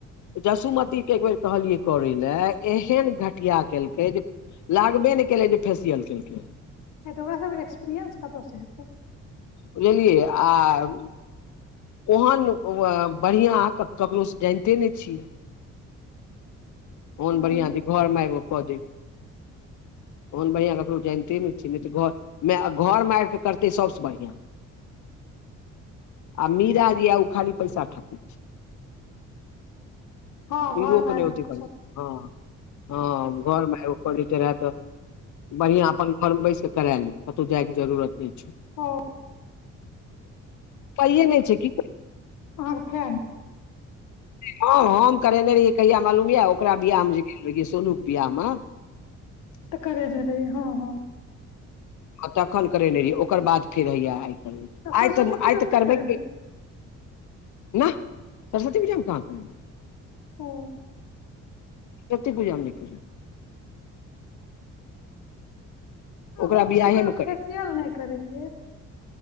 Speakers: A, on the left; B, on the left.
A: जसुमतीे कऽ एक बेेर कहलियै करै लए एहन घटिया केलकै जे लागबे नहि केलकै जे फेसियल केलकै।
B: नहि तऽ ओकराके एक्सपीरियंस कतयसँ हेतै।
A: बुझलियै आय। ओहन बढ़िआँ ककरोसँ जानिते नहि छियै। कोन
B: अं,
A: बढ़िआँ छै, घरमे एगो कऽ देब। ओहन बढ़िआँ ककरो जनिते नहि छियै, नहि तऽ घरमे आबि कऽ करतै, सभसँ बढ़िआँ। आ मीरा जेया, ओ खाली पैसा ठक छै।
B: हँ
A: ई
B: घरमे
A: रोक नहि
B: आबि
A: होती
B: कऽ
A: प
B: सब
A: हँ हँ घरमे कोनी त रहत बढ़िआँ, अपन फॉर्म बैस कऽ करा लेब, कतहु जाइके जरूरत नहि छै।
B: ओ
A: पइए नहि छै कि?
B: अहाँके फ्रेंड।
A: हँ, हम करेने रहियै। कहिया मालूम यऽ, ओकरा बियाहमे, जे सोनूके बियाहमे। <inaudible>
B: तऽ कर धर, हँ हँ।
A: तखन करेने रहियै, ओकर बाद फेर होइए आज काल्हि। आइ
B: सरस्वती
A: तऽ
B: पूजामे
A: आइ तऽ करबै,
B: नहि करेलियै
A: ने सरस्वती पूजा हम कहाँ करबै।
B: ओ
A: कतेक पूजा मे लेट
B: हमसभ
A: ओकरा बियाहे
B: कोनो
A: मे करै
B: फेसियल नहि करेलियै।